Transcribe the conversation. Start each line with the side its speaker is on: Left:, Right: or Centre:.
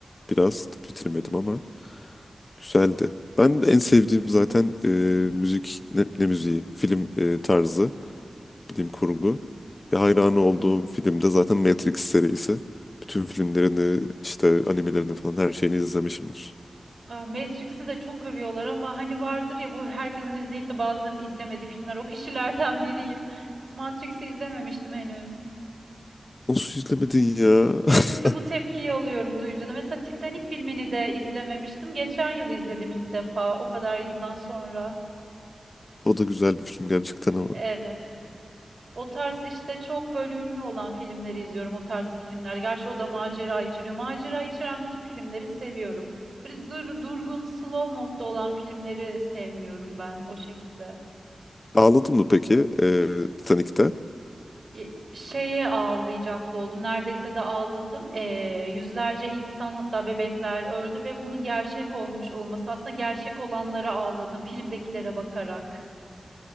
Left: Biraz bitirmedim ama Güzeldi. Ben de en sevdiğim zaten e, müzik ne, ne müziği? Film e, tarzı, bilim kurgu. Ve hayranı olduğum film de zaten Matrix serisi. Bütün filmlerini, işte animelerini falan her şeyini izlemişimdir.
Right: Aa, Matrix'i de çok övüyorlar ama hani vardır ya bu herkesin izleyip de bazılarının izlemediği filmler. O kişilerden biriyim. Matrix'i izlememiştim henüz.
Left: Nasıl izlemedin ya?
Right: Evet işte bu
Left: <laughs>
Right: tepkiyi alıyorum duyunca da. Mesela Titanic filmini de izlememiştim. Geçen yıl izledim ilk defa o kadar yıldan sonra.
Left: O da güzel bir film gerçekten ama.
Right: Evet. O tarz işte çok böyle ünlü olan filmleri izliyorum. O tarz filmler. Gerçi o da macera içeriyor. Macera içeren bütün filmleri seviyorum. Böyle dur, durgun, slow modda olan filmleri sevmiyorum ben o şekilde.
Left: Ağladın mı peki e, Titanic'te?
Right: y- şeye ağlayacaklı oldum. Neredeyse de ağladım. Ee, yüzlerce insan hatta bebekler öldü ve bunun gerçek olmuş olması aslında gerçek olanlara ağladım filmdekilere bakarak.